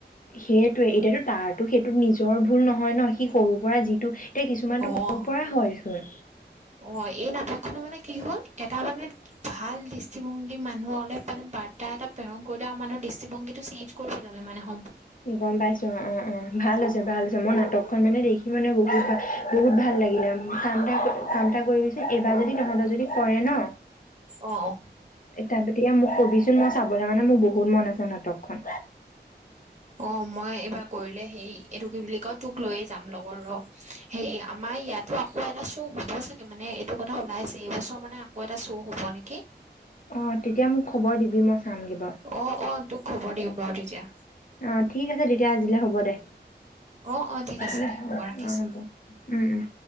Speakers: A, on the left; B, on the right.
A: সেইটোৱে এতিয়াতো তাৰো সেইটো নিজৰ ভুল নহয় ন। সি সৰুৰ পৰা যিটো এতিয়া কিছুমানতটো
B: অ
A: সৰু পৰা হয়।
B: অ ', এই নাটক খনে মানে কি হ'ল এটা মানে ভাল দৃষ্টিভংগী মানুহ অলপ মানে বাৰ্তা এটা প্ৰেৰণ কৰি আৰু মানুহৰ দৃষ্টিভংগীটো চেঞ্জ কৰি পেলালে মানে হ।
A: গম পাইছো অ', - অ', - অ ', ভাল হৈছে- ভাল হৈছে মই নাটক? অণ মানে দেখি মানে বহুত -বহুত ভাল লাগিলে কামটা -কামটা কৰি। এইবাৰ যদি তহঁতৰ যদি কৰে ন।
B: অ অ
A: তাৰ তেতিয়া মোক কবিচোন মই চাবলৈ মানে মোৰ বহুত মন আছে নাটকখন।
B: অ মই এইবাৰ কৰিলে হে এইটো কি বুলি কয় তোক লৈয়ে যাম লগত ৰ হে আমাৰ ইয়াতো আকৌ এটা শ্ব' হব চাগে মানে এইটো কথা ওলাই আছে এইবছৰ মানে আকৌ এটা শ্ব' হব নেকি?
A: অ'তেতিয়া মোক খবৰ দিবি সি মই চামগে বাৰু
B: অ অ তোক খবৰ দিম বাৰু তেতিয়া।
A: অ' ঠিক আছে তেতিয়া আজিলে হ'ব দে।
B: অ অ ঠিক আছে
A: উ',
B: দে হ'ব ৰাখিছো।
A: অ ', উম',